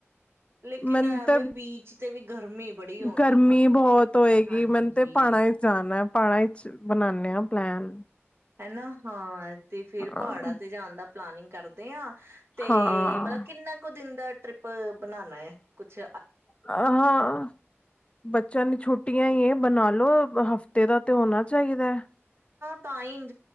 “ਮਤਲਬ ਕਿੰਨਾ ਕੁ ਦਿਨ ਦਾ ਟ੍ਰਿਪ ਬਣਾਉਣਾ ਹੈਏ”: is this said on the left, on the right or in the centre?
Right